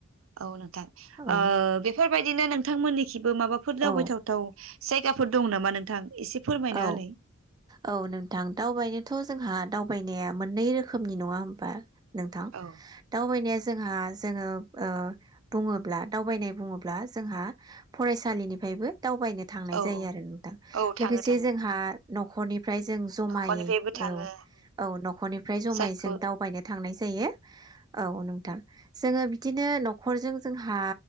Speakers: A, on the right; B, on the right.
A: औ नोंथां
B: औ
A: ओ बेफोर बेबायदिनो नोंथांमोननि थिबो माबाफोर दावबायथावथाव
B: औ
A: जायगाफोर दं नामा नोंथां एसे फोरमायना
B: औ
A: होलाय
B: औ नोंथां दावबायनोथ' जोंहा दावबायनाया मोननै रोखोमनि नङा होमबा नोंथां
A: औ
B: दावबायनाया जोंहा जोङो ओ बुङोब्ला दावबायनाय बुङोब्ला जोंहा फरायसालिनिफ्रायबो दावबायनो थांनाय
A: औ
B: जायो
A: औ
B: आरो नोंथां
A: औ
B: लोगोसे
A: थाङो
B: से
A: थाङो
B: जोंहा न'खरनि फ्राय जों जमायै
A: न'खरनिफ्रायबो थाङो
B: औ औ न'ख'रनिफ्राय जमायै
A: जायखौ
B: जों दावबायनो थांनाय जा जायो। औ नोंथां। जोङो बिदिनो न'खरजों जोंहा